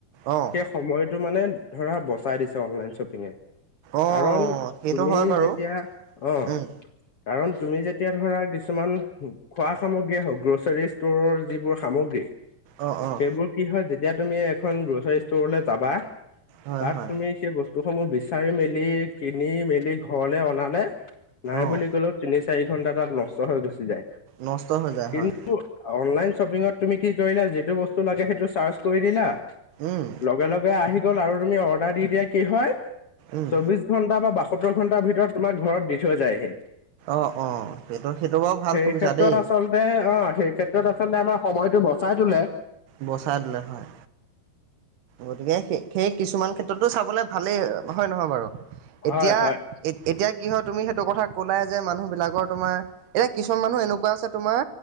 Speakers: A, on the right (about 80°); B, on the left (about 50°).
A: অঁ
B: সেই সময়টো মানে ধৰা বচাই দিছে অনলাইন শ্বপিঙে।
A: অঁ
B: কাৰণ
A: সেইটো
B: তুমি
A: হয় বাৰু
B: যেতিয়া অ
A: উম
B: কাৰণ তুমি যেতিয়া ধৰা কিছুমান খোৱা সামগ্ৰী হওক, গ্ৰ'চাৰী ষ্টৰৰ যিবোৰ সামগ্ৰী
A: অঁ অঁ
B: সেইবোৰ কি হয়। যেতিয়া তুমি এখন গ্ৰ'চাৰী ষ্টৰলৈ যাবা
A: হয়
B: তাক
A: হয়
B: তুমি সেই বস্তুসমূহ বিচাৰি মেলি, কিনি মেলি ঘৰলে অনালে নাই
A: অঁ
B: বুলি কলেও তিনি-চাৰি ঘন্টা তাত নষ্ট হৈ গুচি যায়।
A: নষ্ট হৈ যায়।
B: কিন
A: হয়।
B: অনলাইন শ্বপিঙত তুমি কি কৰিলা, যিটো বস্তু লাগে সেইটো চাৰ্চ কৰি দিলা
A: উম
B: লগে লগে আহি গ'ল আৰু তুমি অৰ্ডাৰ দি দিয়া কি হয়
A: উম
B: চৌবিশ ঘণ্টা বা বাসত্তৰ ঘণ্টাৰ ভিতৰত তোমাক ঘৰত দি থৈ যায়হি।
A: অ অ সেইটো সেইটো বাৰু ভাল
B: সেই
A: সুবিধা
B: ক্ষেত্ৰত
A: দেই।
B: আচলতে অ সেই ক্ষেত্ৰত আচলতে আমাৰ সময়তটো বচাই তোলে।
A: বচাই দিলে হয়। গতিকে সেই কিছুমান ক্ষেত্ৰতো চাবলৈ ভালেই। হয় নহয় বাৰু? এতিয়া,
B: হয় হয়
A: এতিয়া কি হয় তুমি সেইটো কথা ক'লাই যে মানুহবিলাকৰ তোমাৰ, এতিয়া কিছুমান মানুহ এনেকুৱা আছে তোমাৰ